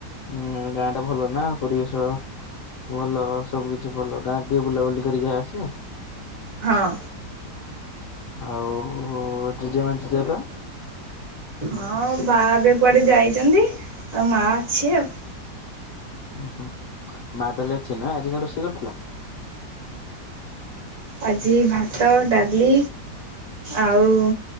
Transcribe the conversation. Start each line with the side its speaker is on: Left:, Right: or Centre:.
Left: ହୁଁ ଗାଁ ଟା ଭଲ ନା ପରିବେଶ ଭଲ ସବୁ କିିଛି ଭଲ, ଗାଁରେ ଟିକେ ବୁଲାବୁଲି କରିକି ଆସେ।
Right: ହଁ
Left: ଆଉ ଜେଜେମା, ଜେଜେବାପା
Right: ହଁ ବାହରେ କୁଆଡେ ଯାଇଛନ୍ତି, ଆଉ ମା ଅଛି ଆଉ।
Left: ଉୁ ହୁଁ ମା ତାହେଲେ ଅଛି ନା ଆଜି କଣ ରୋଷେଇ କରିଥିଲା?
Right: ଆଜି ଭାତ, ଡାଲି ଆଉ